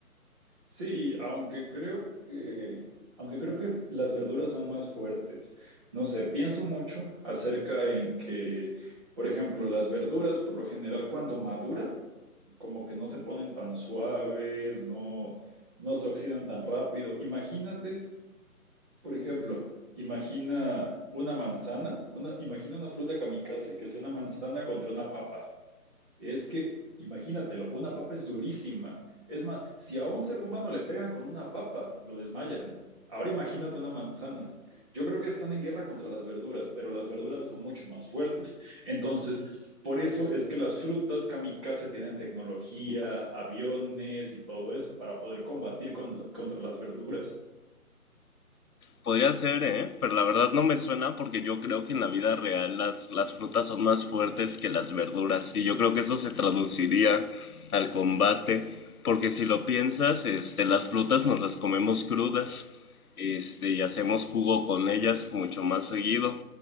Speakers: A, on the right; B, on the left.
A: Sí, aunque creo que, aunque creo que las verduras son más fuertes. No sé, pienso mucho acerca en que, por ejemplo, las verduras por lo general cuando maduran, como que no se ponen tan suaves, no, no se oxidan tan rápido. Imagínate Por ejemplo, imagina una manzana, una, imagina una fruta kamikaze, que sea una manzana contra una papa. Es que, imagínatelo, una papa es durísima. Es más, si a un ser humano le pegan con una papa, lo desmayan. Ahora imagínate una manzana. Yo creo que están en guerra contra las verduras, pero las verduras son mucho más fuertes. Entonces, por eso es que las frutas kamikaze tienen tecnología, aviones y todo eso para poder combatir con la- contra las verduras.
B: Podría ser, ¿eh? Pero la verdad no me suena porque yo creo que en la vida real las, las frutas son más fuertes que las verduras y yo creo que eso se traduciría al combate porque si lo piensas, este, las frutas nos las comemos crudas este, y hacemos jugo con ellas mucho más seguido